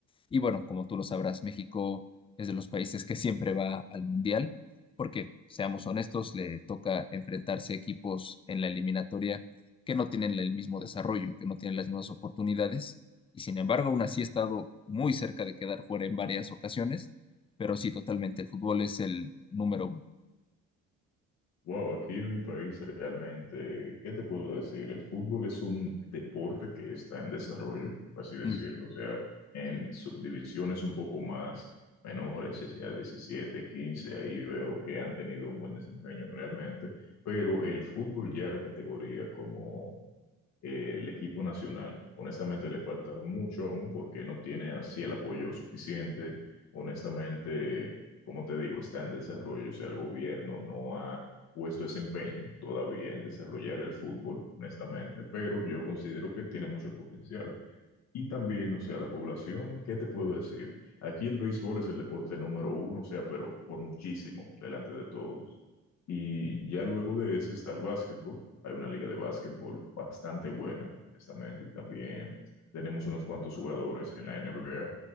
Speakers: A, on the left; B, on the left.
A: Y bueno, como tú lo sabrás, México es de los países que siempre va al mundial porque, seamos honestos, le toca enfrentarse a equipos en la eliminatoria que no tienen el mismo desarrollo, que no tienen las mismas oportunidades, y sin embargo, aún así ha estado muy cerca de quedar fuera en varias ocasiones, pero sí, totalmente, el fútbol es el número uno.
B: Wow, aquí en mi país realmente, ¿qué te puedo decir? El fútbol es un deporte que está en desarrollo, por así decirlo,
A: Mm,
B: o sea, en subdivisiones un poco más menores, ya sea 17, 15, ahí veo que han tenido un buen desempeño realmente, pero el fútbol ya categoría como eh, el equipo nacional. Honestamente le falta mucho aún porque no tiene así el apoyo suficiente. Honestamente, como te digo, está en desarrollo. O sea, el gobierno no ha puesto ese empeño todavía en desarrollar el fútbol, honestamente, pero yo considero que tiene mucho potencial. Y también, o sea, la población, ¿qué te puedo decir? Aquí el béisbol es el deporte número uno, o sea, pero por muchísimo, delante de todos. Y ya luego de ese está el básquetbol. Hay una liga de básquetbol bastante buena, honestamente, y también tenemos unos cuantos jugadores en la NBA.